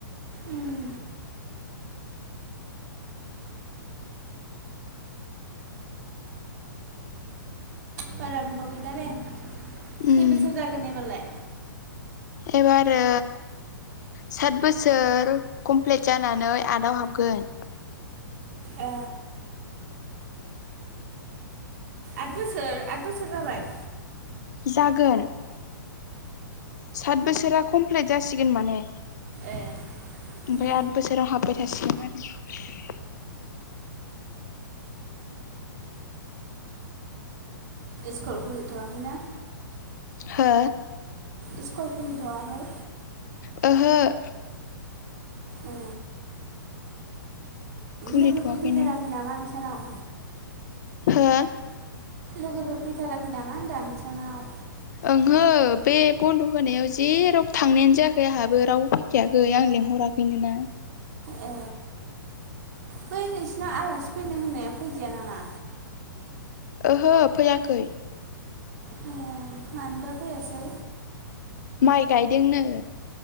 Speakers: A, on the right (about 50°); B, on the left (about 55°).
A: उम, बारा गोबाव गैला दे
B: उम
A: खै बोसोर जागोन नेबालाय
B: एबारो सात बोसोर कमप्लिट जानानै आटआव हाबगोन
A: ओ आद बोसोर आद बोसोर जाबाय
B: जाग्रोर सात बोसोरा कमप्लिट जासिगोन माने,
A: ए
B: ओमफ्राय
A: उम,
B: आद बोसोराव हाबबाय थासिगोन आरो
A: स्कुल खुलिथ'वाखैना?
B: हो
A: स्कुल खुलिथव ह
B: आह
A: ए
B: खुलिथ'वाखैनो
A: लोगोफोर फैथाराखै नामा नोंसानाव
B: हा
A: लोगोफोर फैथाराखै नामा होनदोंां नसानाव
B: ओंहो बे बन्द' होनायाव जेराव थांनायानो जायाखै आंहाबो रावबो फै सिथिाययाखै आं लिेंहराखैनो ना
A: ओ बै नोंसिनाव आलासि फैनो होननाया फैदिया नामा?
B: ओहो फैयाखै।
A: ए मानोबा फैयासै।
B: माइ गायदोंनो।